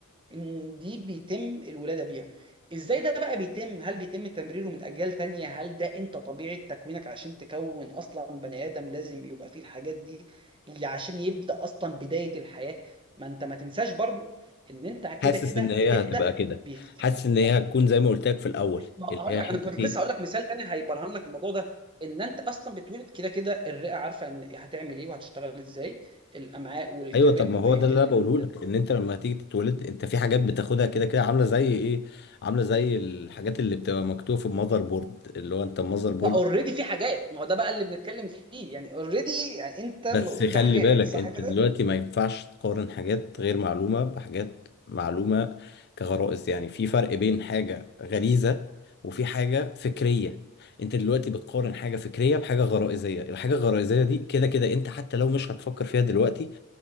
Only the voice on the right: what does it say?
إن دي بيتم الولادة بيها ازاي ده بقى بيتم هل بيتم تمريره من اجيال تانية هل ده انت طبيعة تكوينك عشان تكون اصلا بني ادم لازم يبقى فيه الحاجات دي اللي عشان يبدأ اصلا بداية الحياة ما انت ما تنساش برضو ان انت
كده كده
بتبدأ
بفكرة
انك
ما هقول
لك
انا كنت
لسه هقول لك مثال تاني هيبرهن لك الموضوع ده ان انت اصلا بتولد كده كده الرئة عارفة ان هتعمل ايه وهتشتغل ازاي الامعاء والكبد
وبقية
ال...
فاوريدي في حاجات ما هو ده بقى اللي بنتكلم فيه يعني اوريدي يعني انت
مولود
بحاجات
صح
كده